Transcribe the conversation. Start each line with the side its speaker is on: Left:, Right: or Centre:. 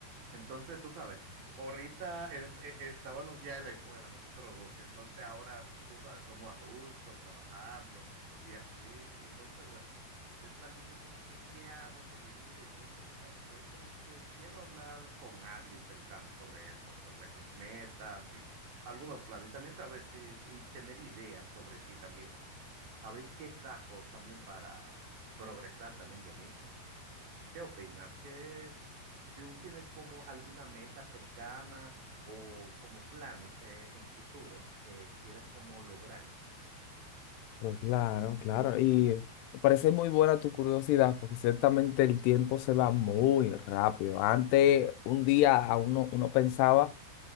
Right: Entonces, tú sabes, ahorita eh, eh, estábamos ya en la escuela, nosotros dos, y entonces ahora, pues, tú sabes, somos adultos, trabajando y así, y entonces, bueno, estoy planeando como que qué hago con mi vida, y entonces, tú sabes, estoy como que quiero hablar con alguien cercano sobre eso, sobre mis metas y algunos planes, y también, sabes, y, y tener ideas sobre ti también, a ver qué saco también para progresar también yo mismo. ¿Qué opinas? ¿Qué tú tienes como alguna meta cercana o como planes eh, en futuro que quieras como lograr?
Left: Pues Claro, claro. Y me parece muy buena tu curiosidad, porque ciertamente el tiempo se va muy rápido. Antes, un día a uno, uno pensaba